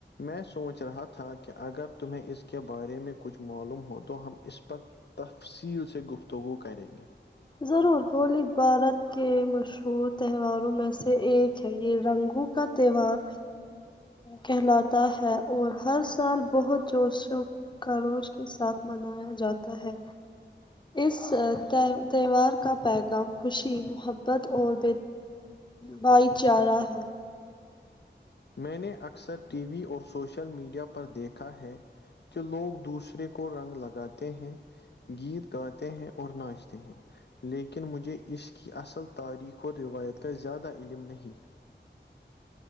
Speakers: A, on the left; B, on the left.
A: میں سوچ رہا تھا کہ اگر تمہیں اس کے بارے میں کچھ معلوم ہو تو ہم اس پر تفصیل سے گفتگو کریں گے
B: ضرور ہولی بھارت کے مشہور تہواروں میں سے ایک ہے یہ رنگوں کا تہوار کہلاتا ہے اور ہر سال بہت جوش و خروش کے ساتھ منایا جاتا ہے اس تہ تہوار کا پیغام خوشی محبت اور بے بھائی چارہ ہے
A: میں نے اکثر ٹی وی اور سوشل میڈیا پر دیکھا ہے کہ لوگ دوسرے کو رنگ لگاتے ہیں گیت گاتے ہیں اور ناچتے ہیں لیکن مجھے اس کی اصل تاریخ اور روایت کا زیادہ علم نہیں